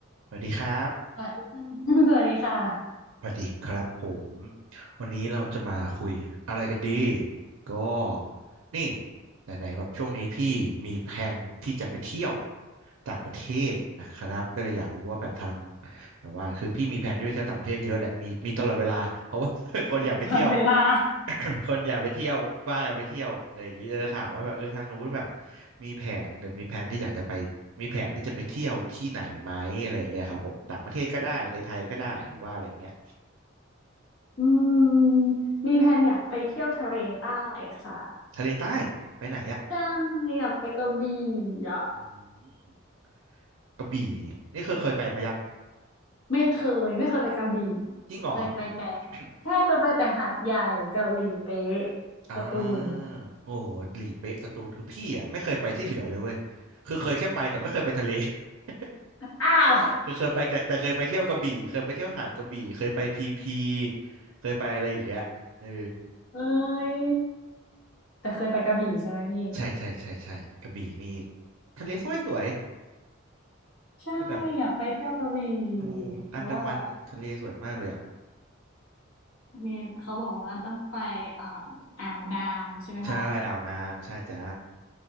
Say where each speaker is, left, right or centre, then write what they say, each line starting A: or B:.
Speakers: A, on the right; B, on the left.
A: สวัสดีครับ
B: สวัสดีค่ะ <laughs> สวัสดีค่ะ
A: สวัสดีครับผมวันนี้เราจะมาคุยอะไรกันดีก็นี่ไหนๆแบบช่วงนี้พี่มีแผนที่จะไปเที่ยวต่างประเทศนะครับก็เลยอยากรู้ว่าแบบทางแบบว่าคือพี่มีแผนที่จะไปเที่ยวต่างประเทศเยอะแหละมีมีตลอดเวลาเพราะว่า <laughs>
B: <laughs>
A: คนอยากไปเที่ยว
B: ตดตลอดเวลา
A: <coughs> คนอยากไปเที่ยวว่ากันไปเที่ยวอะไรอย่างนี้จะถามว่าแบบเออทางนู้นแบบมีแผนหรือมีแผนที่อยากจะไปมีแผนที่จะไปเที่ยวที่ไหนไหมอะไรอย่างเงี้ยครับผมต่างประเทศก็ได้ในไทยก็ได้หรือว่าอะไรเงี้ย
B: อืมมีแผนอยากไปเที่ยวทะเลใต้ค่ะ
A: ทะเลใต้ไปไหนอ่ะ
B: ใช่อยากไปกระบี่อ่ะ
A: อืมกระบี่นี่เคยเคยไปมายัง
B: ไม่เคยไม่เคยไปกระบี่
A: จริงเหรอ
B: เคยไปแต่
A: <coughs>
B: ใช่เคยไปแต่หาดใหญ่กระหลีเป๊ะ
A: อ่า
B: สตูล
A: โอ้หลีเป๊ะสตูลคือพี่อ่ะไม่เคยไปที่เหลือเลยเว้ยคือเคยแค่ไปแต่ไม่เคยไปทะเล <laughs>
B: อ้าว
A: คือเคยไปแต่แต่เคยไปเที่ยวกระบี่เคยไปเที่ยวหาดกระบี่เคยไปพีพีเคยไปอะไรอย่างเงี้ยเออ
B: <laughs> เอ้ยแต่เคยไปกระบี่ใช่ไหมพี่
A: ใช่ใช่ใช่ใช่กระบี่นี่ทะเลสวยสวย
B: ใช่อยากไปเที่ยวกระบี่
A: ที่แบบโอ้อันดามันทะเลสวยมากเลยอ่ะ
B: เพราะว่าแบบมีเขาบอกว่าต้องไปอ่าอ่าวนางใช่ไหมคะ
A: ใช่อ่าวนางใช่จ้า